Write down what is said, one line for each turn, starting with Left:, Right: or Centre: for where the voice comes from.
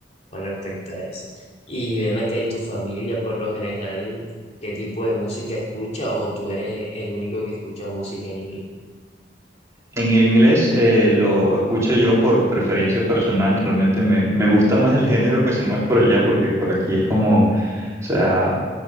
Left: con respecto a eso. Y ven acá, ¿y tu familia por lo general qué tipo de música escucha o tú eres el único que escucha música en inglés?
Right: En inglés eh, lo escucho yo por preferencia personal, realmente me, me gusta más el género que se mueve por allá porque por aquí es como, o sea,